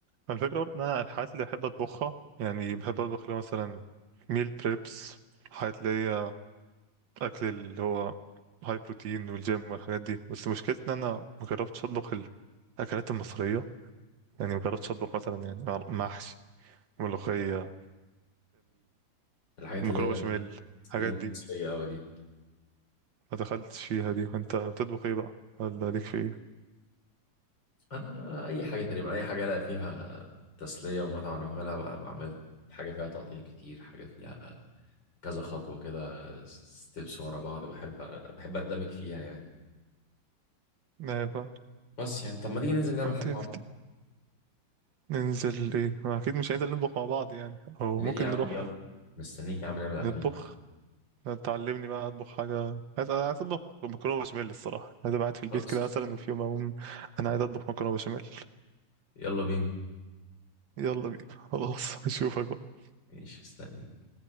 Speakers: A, on the right (about 75°); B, on the left (about 65°).
A: الفكرة برضه إن أنا الحاجات اللي بحب أطبخها يعني بحب أطبخ اللي هو مثلا ميل بريبس حاجات اللي هي أكل اللي هو هاي بروتين والجيم والحاجات دي بس مشكلتي إن أنا مجربتش أطبخ الأكلات المصرية يعني مجربتش أطبخ مثلا يعني مع- محشي ملوخية
B: الحاجات
A: المكرونة
B: اللي هي
A: بشاميل
B: ستريم
A: الحاجات دي
B: مصرية قوي دي
A: ما دخلتش فيها دي انت بتطبخ ايه بقى ولا ليك في ايه
B: انا اي حاجه تقريبا اي حاجه الاقي فيها تسليه ومتعه وانا بعملها ب- بعملها حاجه فيها تقطيع كتير حاجه فيها كذا خطوه كده ستيبس ورا بعض بحب بحب اندمج فيها يعني
A: ايوه فاهم
B: بس يعني طب ما تيجي ننزل نعمل
A: طب
B: حاجه
A: تيجي
B: مع بعض
A: بت- ننزل ايه ما اكيد مش هننزل نطبخ مع بعض يعني او
B: ليه
A: ممكن
B: يا عم
A: نروح
B: يلا مستنيك يا عم نعمل اكل
A: نطبخ
B: دلوقتي
A: تعلمني بقى اطبخ حاجه عايز أنا عايز اطبخ مكرونه بشاميل الصراحه عايز أبقى قاعد في البيت
B: خلاص
A: كده مثلا وفي يوم اقوم انا عايز اطبخ مكرونه بشاميل
B: يلا بينا
A: يلا بينا خلاص <laughs> اشوفك بقى.
B: ماشي مستنيك